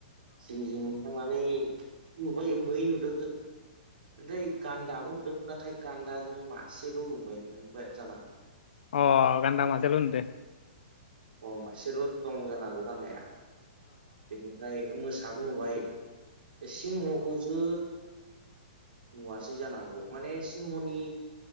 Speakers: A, on the right; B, on the left.
A: जिं जिं थांनानै नुबाय मै नुदों जों। ओमफ्राय गान्दाबो नुदोंमोन नाथाय गान्दाजों मासेल' नुबायमोन जाना
B: अ गान्दा मासेल नुदों।
A: अ मासेल' दं जानांगौ गान्दाया, बेनिफ्राय मोसाबो नुबाय। सिंहखौसो नुवासै जानो हागौ माने सिंहनि